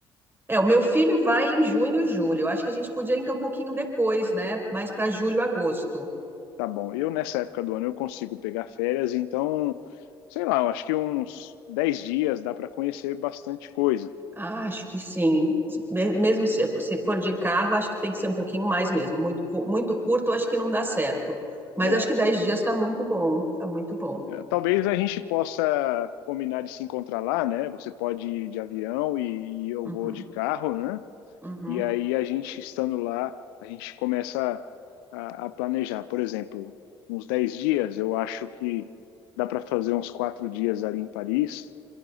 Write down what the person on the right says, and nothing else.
É, o meu filho vai em junho, julho. Acho que a gente podia então um pouquinho depois, né? Mais para julho, agosto.
Acho que sim. Me- Mesmo se, se for de carro, acho que tem que ser um pouquinho mais mesmo. Muito, cu- muito curto, acho que não dá certo. Mas
acho que dez dias está muito bom. Está muito bom.
Uhum,
uhum,